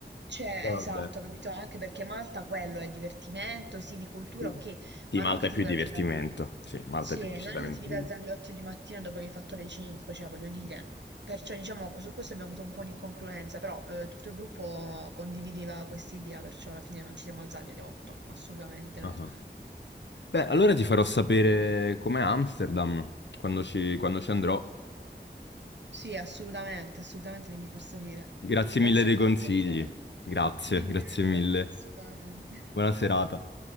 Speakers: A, on the right; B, on the left.
A: Cioè,
B: Però
A: esatto,
B: vabbè.
A: capito? Anche perché Malta quello è divertimento, sì, di cultura,
B: Sì,
A: ok,
B: Sì,
A: ma
B: Malta
A: non che
B: è
A: ti
B: più
A: devi
B: divertimento.
A: alzare.
B: Sì, Malta
A: Sì,
B: è più decisamente
A: non è che ti devi
B: più...
A: alzare alle 8 di mattina dopo che hai fatto le 5, cioè, voglio dire. Perciò, diciamo, su questo abbiamo avuto un po' un'incongruenza, però eh, tutto il gruppo condivideva questa idea, perciò alla fine non ci siamo alzati alle 8, assolutamente
B: Ah.
A: no.
B: Beh, allora ti farò sapere com'è Amsterdam quando ci, quando ci andrò.
A: Sì, assolutamente, assolutamente mi devi far sapere.
B: Grazie
A: Penso
B: mille dei
A: che
B: consigli.
A: ti divertirai.
B: Grazie,
A: Di
B: grazie
A: niente,
B: mille.
A: assolutamente.
B: Buona serata.